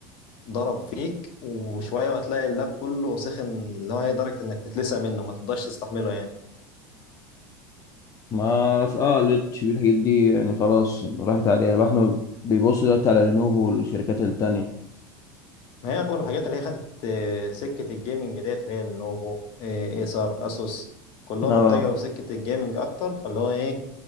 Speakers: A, on the left (about 55°); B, on the left (about 35°).
A: ضرب فيك وشويه وتلاقي اللاب كله سخن اللي هو إيه، درجه انك تتلسع منه ما تقدرش تستحمله يعني
B: ما في اه ليد شيبي الحاجات دي يعني خلاص راحت عليها الواحد ما بيبص دلوقتي على لينوفو والشركات التانية
A: ما هي اغلب الحاجات اللي هي خدت آه، سكه الجيمنج ديت اللي هي النوفو آه، ايسر اسوس كلهم
B: اه
A: اتجهوا في سكه الجيمنج اكتر فاللي هو ايه